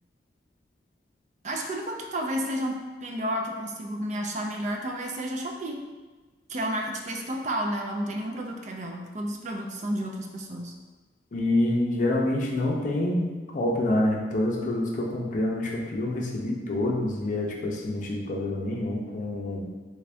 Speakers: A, on the right (about 40°); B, on the left (about 45°).
A: Acho que o único que talvez seja um melhor, que eu consigo me achar melhor, talvez seja a Shopee, que é o marketplace total, né? Ela não tem nenhum produto que é dela. Todos os produtos são de outras pessoas.
B: E geralmente não tem golpe lá, né? Todos os produtos que eu comprei lá na Shopee eu recebi todos e é tipo assim, não tive problema nenhum com,